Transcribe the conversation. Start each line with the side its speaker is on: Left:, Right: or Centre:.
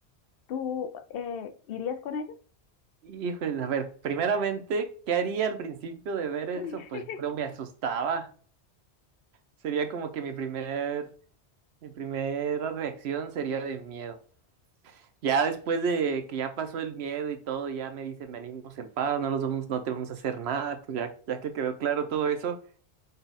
Left: ¿Tú eh, irías con ellos?
Right: Hijo, a ver, primeramente, ¿qué haría al principio de ver eso?
Left: <laughs>
Right: Pues yo creo me asustaba. Sería como que mi primer, mi primera reacción sería de miedo. Ya después de que ya pasó el miedo y todo, ya me dicen, venimos en paz, no los vamos, no te vamos a hacer nada, pues ya, ya que quedó claro todo eso,